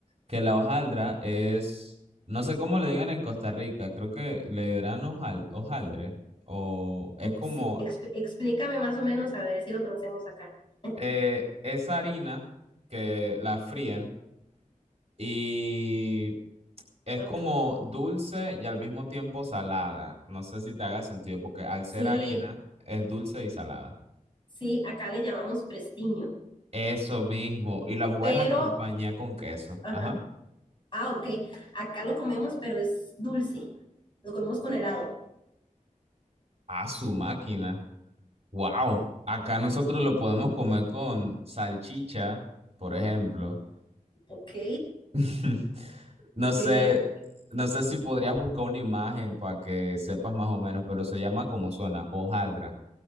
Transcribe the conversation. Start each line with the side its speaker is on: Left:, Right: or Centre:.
Right: que la hojaldra es, no sé cómo le digan en Costa Rica, creo que le dirán hojal, hojaldre, o es como,
Left: Sí, exp- explícame más o menos a ver si lo conocemos acá. <laughs>
Right: eh, esa harina que la fríen y Es
Left: Ok.
Right: como dulce y al mismo tiempo salada. No sé si te haga sentido, porque al
Left: Sí,
Right: ser harina es dulce y salada.
Left: sí, acá le llamamos prestiño,
Right: Eso mismo. Y la puedes
Left: pero,
Right: acompañar con queso.
Left: ajá.
Right: Ajá.
Left: Ah, ok. Acá lo comemos, pero es dulce. Lo comemos con helado.
Right: A su máquina. Wow. Acá nosotros lo podemos comer con salchicha, por ejemplo.
Left: Ok.
Right: <laughs> No
Left: ¿Qué?
Right: sé, no sé si podrías buscar una imagen para que sepas más o menos, pero se llama como suena, hojaldra.